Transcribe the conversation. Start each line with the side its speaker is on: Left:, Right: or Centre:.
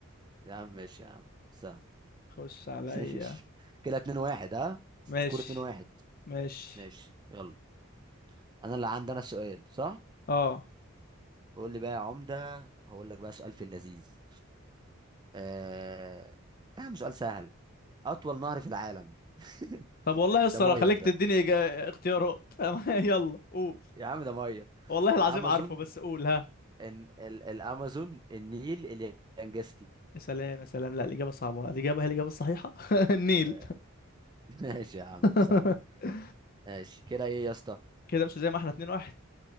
Right: يا عم ماشي يا عم سهل
Left: خش عليا
Right: <laughs> ماشي كده 2 1 ها سكور
Left: ماشي
Right: 2 1
Left: ماشي
Right: ماشي يلا انا اللي عندي انا السؤال صح
Left: اه
Right: قول لي بقى يا عمدة هقول لك بقى سؤال في اللذيذ آه... يا عم سؤال سهل اطول نهر في العالم <laughs>
Left: طب والله يا اسطى
Right: ده ميه
Left: لو خليك
Right: ده
Left: تديني إجا- اختيارات <laughs> يلا قول
Right: يا عم ده ميه
Left: والله العظيم
Right: الامازون
Left: عارفه بس قول ها
Right: إن ال... الامازون النيل اليانجستي
Left: يا سلام يا سلام لا الإجابة صعبة الإجابة هي الإجابة الصحيحة <laughs> النيل
Right: آه، <laughs> ماشي يا عم
Left: <laughs>
Right: سهل ماشي كده ايه يا اسطى
Left: كده مش زي ما احنا اتنين واحد